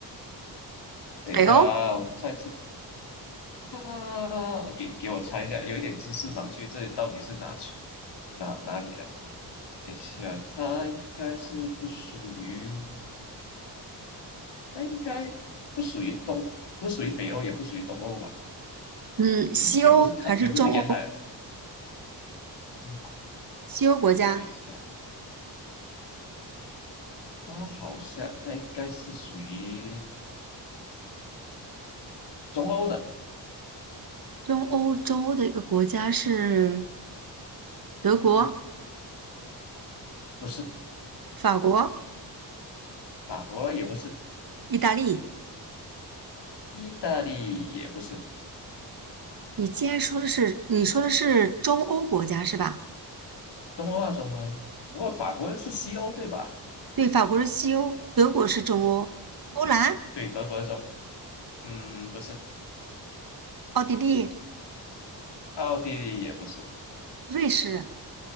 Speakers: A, on the left; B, on the right.
A: 等一下啊，
B: 北欧，
A: 我看一下啊，给给我猜一下，有一点知识盲区，这到底是哪区哪哪里的？等一下，它应该是不属于，它应该不属于东，不属于北欧，也不属于东欧吧？
B: 嗯，
A: 嗯，
B: 西欧还是中欧？
A: 也不是它，也不是沿海啊。嗯，
B: 西欧国家，
A: 等一下，它好像它应该是属于中欧的，
B: 中欧，中欧的一个国家是德国、
A: 嗯，不是
B: 法国、
A: 法国，也不是
B: 意大利。
A: 意大利也不是
B: 你既然说的是，你说的是中欧国家是吧？
A: 中欧啊，中欧啊。不过法国是西欧对吧？
B: 对，法国是西欧，德国是中欧，波兰、
A: 对，德国中，嗯，不是，
B: 奥地利、
A: 奥地利也不是，
B: 瑞士。